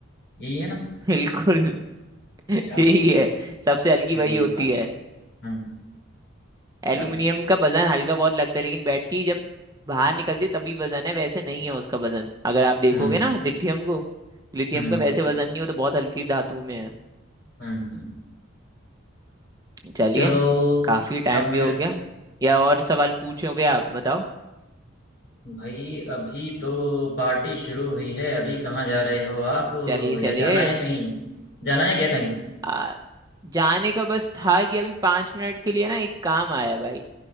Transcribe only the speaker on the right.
बिल्कुल <laughs>
यही
है सबसे हल्की
वही
होती
है
एल्यूमिनियम का वजन हल्का बहुत लगता है लेकिन बैटरी जब बाहर निकलती है तभी वजन है वैसे नहीं है उसका वजन अगर आप देखोगे
ना लिथियम को लिथियम
का वैसे वजन नहीं हो तो बहुत हल्की धातु में है
चलिए
काफी टाइम
भी हो गया या और सवाल पूछोगे आप बताओ
चलिए
चलिए
आ, जाने का बस था कि अभी पांच मिनट के लिए ना एक काम आया है भाई